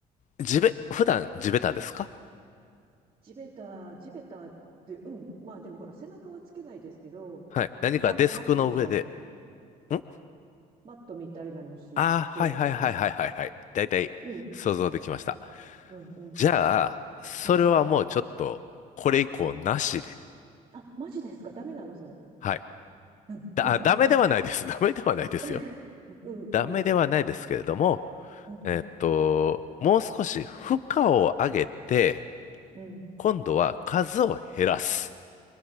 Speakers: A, on the left; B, on the right.
A: 地べ、普段地べたですか
B: 地べた、地べたって、うん。まあでもほら、背中はつけないですけど、
A: はい。何かデスクの上で、
B: なんかマ、マットみたいなの
A: ん
B: マットみたいなの敷いて、
A: ああー、はいはいはいはいはいはい。だいたい想像できました。
B: うん、うん、
A: じゃあ、
B: うん、
A: それはもうちょっと、
B: うん。
A: これ以降なしで。
B: あ、マジですかダメなのそれ。
A: はい。
B: うん、
A: だ、
B: で、
A: あダメではないです。
B: で、
A: <laughs> ダメではないですよ。
B: <laughs> うん、
A: ダメではないですけれども、
B: うん、うん、
A: えっと、もう少し負荷を上げて、
B: うん。
A: 今度は数を減らす。